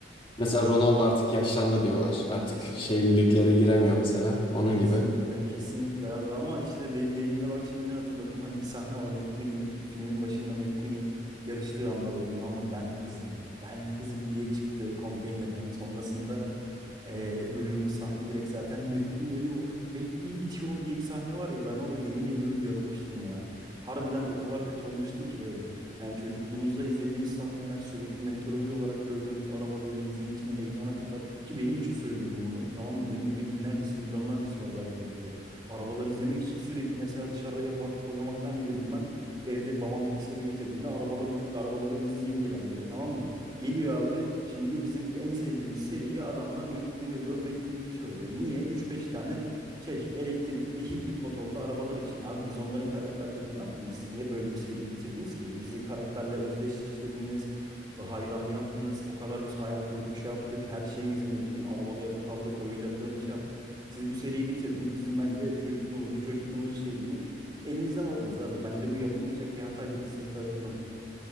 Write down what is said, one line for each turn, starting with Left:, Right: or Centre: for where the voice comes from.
Left: Mesela
Right: Ha-
Left: Ronaldo artık yaşlandı diyorlar. Artık
Right: Kesinlikle.
Left: şey liglere giremiyor mesela. Onun
Right: Kesinlikle,
Left: gibi.
Right: kesinlikle abi ama işte de- dediğinde bak şimdi ne hatırladım. Hani bir sahne var McQueen'in filmin başında McQueen'in yarıştığı anda böyle tamam mı ben hızım, ben hızım diye çıktı konteynerden. Sonrasında eee, duyduğumuz sahne direkt zaten McQueen ölüyor, McQueen bitiyor diye bir sahne var ya ben orada yemin ediyorum yarılmıştım ya. Harbiden o kadar kötü olmuştum ki böyle. Yani çocukluğumuzda izlediğimiz sahneler sürekli mentorumuz olarak gördüğümüz araba böyle bizi içine heyecana katar. Ki benim için söylüyorum bunu tamam mı? Benim gibi binlercesi milyonlarcası var belki de böyle. Arabaları izlemek için sürekli mesela dışarıda yakar top oynamaktan gelirdim ben. Evde babam bilgisayarını getirdiğinde arabaları, arabaları izleyeyim diye ben böyle tamam mı? Geliyor abi şimdi bizim en sevdiğimiz seriye adamlar McQueen ölüyor McQueen bitiyor diyor. Niye? Üç beş tane şey elektrikli hibrit motorlu arabalar için. Abi biz onların karakterlerini ne yapalım? Siz niye böyle bir seriyi bitirdiniz ki? Bizi karakterle özdeşleştirdiniz. Hayranı yaptınız. O kadar biz hayal kurduk, şey yaptık. Her şeyimizi ne bileyim arabalı yatak aldık. Oyuncaklarını şey yaptık. Siz bu seriyi bitirdiniz. Bizim bence çocukluğumuzu, çocukluğumuzun şeyliğini elimizden aldınız abi. Bence bu yapılmayacak bir hataydı Disney tarafından.